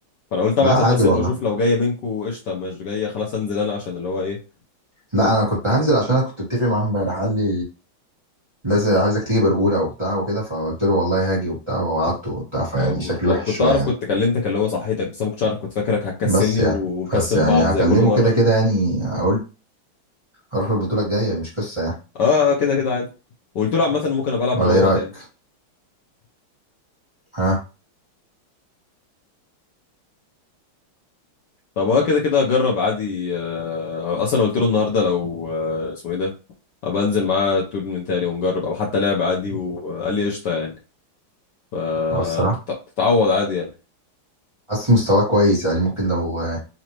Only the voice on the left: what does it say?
فانا قلت
ابعت
المسج
واشوف لو جايه منكم قشطه مش جايه خلاص انزل انا عشان اللي هو ايه
لو
لو
كنت
اعرف
كنت كلمتك اللي هو صحيتك بس انا ما كنتش عارف كنت فاكرك هتكسلني
ونكسل
بعض
زي كل مره
اه آه، كده كده عادي وقلت له عامه ممكن ابقى العب
انا وهو
تاني
طب اه كده كده هجرب عادي آه، اصلا قلت له النهارده لو آه، اسمه ايه ده ابقى انزل معاه تورنمنت تاني ونجرب او حتى لعب عادي وقال لي قشطه يعني فتتعوض
عادي يعني